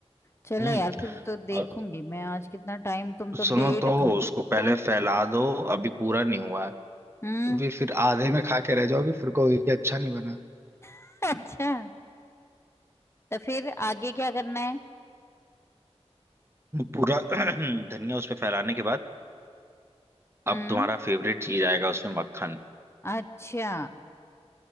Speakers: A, on the left; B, on the right.
A: चलो
B: हम्म
A: यार फिर तो देखूंगी
B: और
A: मैं आज कितना टाइम तुम तो
B: सुनो
A: डेढ़
B: तो
A: घंटा
B: उसको पहले
A: हाँ,
B: फैला दो अभी पूरा नहीं हुआ है
A: हम्म
B: अभी फिर आधे में खा के रह जाओगे फिर कहोगे कि अच्छा नहीं बना
A: <laughs> अच्छा तो फिर आगे क्या करना है
B: पूरा <clears throat> धनिया उस पे फैलाने के बाद
A: हम्म
B: अब तुम्हारा फेवरेट चीज आएगा उसमें मक्खन
A: अच्छा